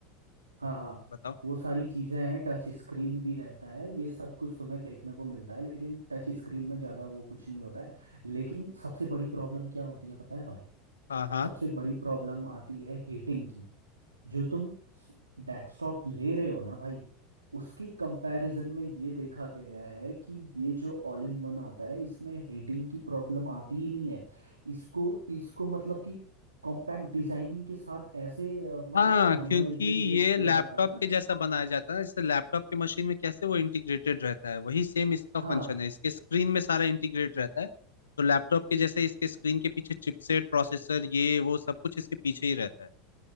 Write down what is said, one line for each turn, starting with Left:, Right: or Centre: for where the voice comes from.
Right: हाँ हाँ
Left: बताओ
Right: वो सारी चीज़ें हैं टच स्क्रीन भी रहता है ये सब कुछ तुम्हें देखने को मिलता है लेकिन टच स्क्रीन में ज़्यादा वो कुछ नहीं होता है लेकिन सबसे बड़ी प्रॉब्लम क्या होती है पता है भाई
Left: हाँ हाँ
Right: सबसे बड़ी प्रॉब्लम आती है हीटिंग की जो तुम डेस्कटॉप ले रहे हो ना भाई उसकी कंपैरिजन में ये देखा गया है कि ये जो ऑल इन वन आता है इसमें हीटिंग की प्रॉब्लम आती ही नहीं है इसको इसको मतलब कि कॉम्पैक्ट डिजाइनिंग के साथ ऐसे अ, मतलब
Left: हाँ
Right: थर्मल
Left: क्योंकि
Right: इंटीग्रेट
Left: ये
Right: किया
Left: लैपटॉप
Right: जाता है ना
Left: के जैसा बनाया जाता है ना जैसे लैपटॉप के मशीन में कैसे वो इंटीग्रेटेड रहता है वही सेम इसका
Right: हाँ
Left: फंक्शन है इसके स्क्रीन में सारा इंटीग्रेट रहता है तो लैपटॉप के जैसे इसके स्क्रीन के पीछे चिपसेट प्रोसेसर ये वो सब कुछ इसके पीछे ही रहता है